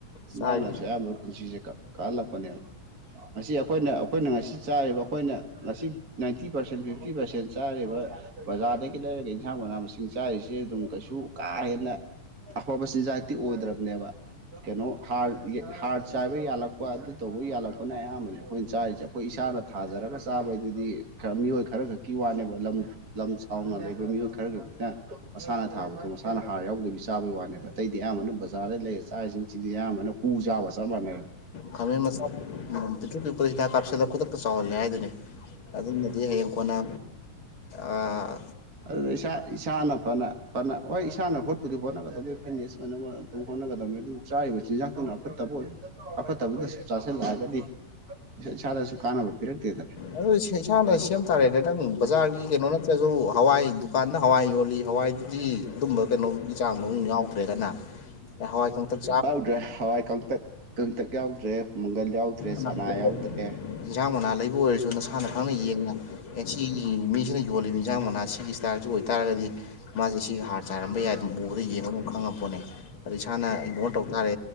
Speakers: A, on the right (about 35°); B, on the left (about 45°).
A: ꯆꯤꯟꯖꯥꯛꯅꯁꯨ
B: ꯆꯥꯔꯤ
A: ꯑꯌꯥꯝꯕ ꯄꯨꯟꯁꯤꯁꯦ ꯀꯛ ꯀꯛꯍꯜꯂꯛꯄꯅꯦꯕ ꯉꯁꯤ ꯑꯩꯈꯣꯏꯅ ꯑꯩꯈꯣꯏꯅ ꯉꯁꯤ ꯆꯥꯔꯤꯕ ꯑꯩꯈꯣꯏꯅ ꯉꯁꯤ ꯅꯥꯏꯟꯇꯤ ꯄꯥꯔꯁꯦꯟ ꯐꯤꯞꯇꯤ ꯄꯥꯔꯁꯦꯟ ꯆꯥꯔꯤꯕ ꯕꯖꯥꯔꯗꯒꯤ ꯂꯩꯔꯒ ꯏꯟꯁꯥꯡ ꯃꯅꯥ ꯃꯁꯤꯡ ꯆꯥꯔꯤꯁꯦ ꯑꯗꯨꯝ ꯀꯩꯁꯨ ꯀꯥ ꯍꯦꯟꯅ ꯑꯐꯕ ꯆꯤꯟꯖꯥꯛꯇꯤ ꯑꯣꯏꯗ꯭ꯔꯕꯅꯦꯕ ꯀꯩꯅꯣ ꯍꯥꯔ ꯌꯦ ꯍꯥꯔ ꯆꯥꯏꯕ ꯌꯥꯜꯂꯛꯄ ꯑꯗꯨ ꯇꯧꯕ ꯌꯥꯜꯂꯛꯄꯅ ꯑꯌꯥꯝꯕꯅꯦ ꯑꯩꯈꯣꯏꯅ ꯆꯥꯔꯤꯁꯦ ꯈꯣꯏ ꯏꯁꯥꯅ ꯊꯥꯖꯔꯒ ꯆꯥꯕꯩꯗꯨꯗꯤ ꯈꯔ ꯃꯤꯑꯣꯏ ꯈꯔ ꯈꯛꯀꯤ ꯋꯥꯅꯦꯕ ꯂꯝ ꯂꯝ ꯆꯥꯎꯥꯎꯅ ꯂꯩꯕ ꯃꯤꯑꯣꯏ ꯈꯔꯒꯛꯇ ꯃꯁꯥꯅ ꯊꯥꯕꯗꯣ ꯃꯁꯥꯅ ꯍꯥꯔ ꯌꯥꯎꯗꯕꯤ ꯆꯥꯕꯩ ꯋꯥꯅꯦꯕ ꯑꯇꯩꯗꯤ ꯑꯌꯥꯝꯕꯅ ꯕꯖꯥꯔꯗꯩ ꯂꯩꯔ ꯆꯥꯔꯤꯁꯤꯡꯁꯤꯗꯤ ꯑꯌꯥꯝꯕꯅ ꯍꯨ ꯆꯥꯕꯒ ꯆꯞ ꯃꯥꯟꯅꯔꯦꯕ
B: ꯈꯥꯃꯦꯟ ꯃꯆꯥ ꯄꯤꯛꯇ꯭ꯔꯨ ꯄꯤꯛꯄꯗ ꯍꯤꯗꯥꯛ ꯀꯥꯞꯁꯤꯜꯂ ꯈꯨꯗꯛꯇ ꯆꯥꯎꯍꯜꯂꯦ ꯍꯥꯏꯗꯨꯅꯤ ꯑꯗꯨꯝꯅꯗꯤ ꯍꯌꯦꯡ ꯀꯣꯟꯅ ꯑꯑꯑ
A: ꯑꯗꯨꯗ ꯏꯁꯥ ꯏꯁꯥꯅ ꯐꯅ ꯐꯅ ꯍꯣꯏ ꯏꯁꯥꯅ ꯍꯣꯠꯄꯨꯗꯤ ꯍꯣꯠꯅꯒꯗꯕꯦ ꯐꯤꯠꯅꯦꯁ ꯑꯣꯏꯅꯕ ꯑꯗꯨꯝ ꯍꯣꯠꯅꯒꯗꯝꯅꯤ ꯑꯗꯨ ꯆꯥꯔꯤꯕ ꯆꯤꯟꯖꯥꯛꯇꯨꯅ ꯑꯐꯠꯇꯕ ꯑꯣꯏ ꯑꯐꯠꯇꯕꯗꯨꯗ ꯁꯨꯝ ꯆꯥꯁꯤꯜꯂꯛꯑꯒꯗꯤ ꯏꯁꯥ ꯏꯁꯥꯗꯁꯨ ꯀꯥꯟꯅꯕ ꯄꯤꯔꯛꯇꯦꯗꯅ
B: ꯑꯗꯨꯗꯤ ꯁꯦ ꯏꯁꯥꯅ ꯁꯦꯝ ꯇꯥꯔꯦꯗꯅ ꯅꯪ ꯕꯖꯥꯔꯒꯤ ꯀꯩꯅꯣ ꯅꯠꯇ꯭ꯔꯖꯨ ꯍꯋꯥꯏ ꯗꯨꯀꯥꯟꯗ ꯍꯋꯥꯏ ꯌꯣꯜꯂꯤ ꯍꯋꯥꯏ ꯗꯤ ꯑꯗꯨꯝꯕ ꯀꯩꯅꯣꯒꯤ ꯆꯥꯡꯗꯣ ꯑꯗꯨꯝ ꯌꯥꯎꯗ꯭ꯔꯦꯗꯅ ꯍꯋꯥꯏ ꯀꯡꯇꯛ
A: ꯌꯥꯎꯗ꯭ꯔꯦ ꯍꯋꯥꯏ ꯀꯪꯇꯛ ꯀꯪꯇꯛ ꯌꯥꯎꯗ꯭ꯔꯦ ꯃꯪꯒꯜ ꯌꯥꯎꯗ꯭ꯔꯦ
B: ꯃꯅꯥ
A: ꯆꯅꯥ
B: ꯂꯩꯕ
A: ꯌꯥꯎꯗ꯭ꯔꯦ
B: ꯏꯟꯖꯥꯡ ꯃꯅꯥ ꯂꯩꯕ ꯑꯣꯏꯔꯁꯨ ꯅꯁꯥꯅ ꯈꯪꯅ ꯌꯦꯡꯅ ꯑꯦꯟꯁꯤ ꯃꯤꯁꯤꯅ ꯌꯣꯜꯂꯤꯕ ꯏꯟꯁꯥꯡ ꯃꯅꯥ ꯁꯤꯒꯤ ꯁꯇꯥꯏꯜꯁꯤ ꯑꯣꯏꯇꯥꯔꯒꯗꯤ ꯃꯥꯁꯦ ꯁꯤꯒꯤ ꯍꯥꯔ ꯆꯥꯏꯔꯝꯕ ꯌꯥꯏ ꯑꯗꯨꯝ ꯎꯕꯗ ꯌꯦꯡꯕ ꯑꯗꯨꯝ ꯈꯪꯉꯛꯄꯣꯠꯅꯦ ꯑꯗ ꯏꯁꯥꯅ ꯏꯒꯅꯣꯔ ꯇꯧ ꯇꯥꯔꯦ